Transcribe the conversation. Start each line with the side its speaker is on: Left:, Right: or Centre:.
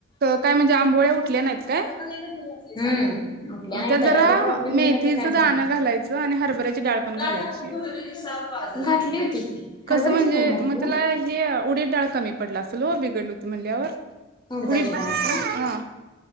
Right: काय म्हणजे आंबोळ्या उठल्या नाहीत काय
Left: घालायचाच हम्म उठल्या नाही
Right: त्यात
Left: तव्याचा
Right: जरा
Left: प्रॉब्लेम
Right: मेथीचं
Left: झाला का काय झालं
Right: दाणं घालायचं आणि हरभऱ्याची डाळ पण घालायची.
Left: का घातली होती की
Right: कसं
Left: हरभऱ्याची
Right: म्हणजे
Left: नाही घातली
Right: मग त्याला हे उडीट डाळ कमी पडला असलो बिघडल होती म्हणल्यावर
Left: उडदाची
Right: उडीद
Left: डाळत
Right: हा